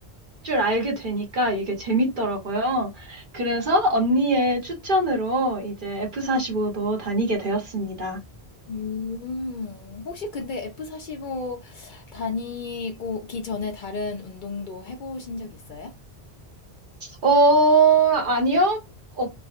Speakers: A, on the right; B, on the left.
A: 줄 알게 되니까 이게 재밌더라고요. 그래서 언니의 추천으로 이제 F45도 다니게 되었습니다.
B: 음, 혹시 근데 F45 다니고 기 전에 다른 운동도 해보신 적 있어요?
A: 어, 아니요. 어,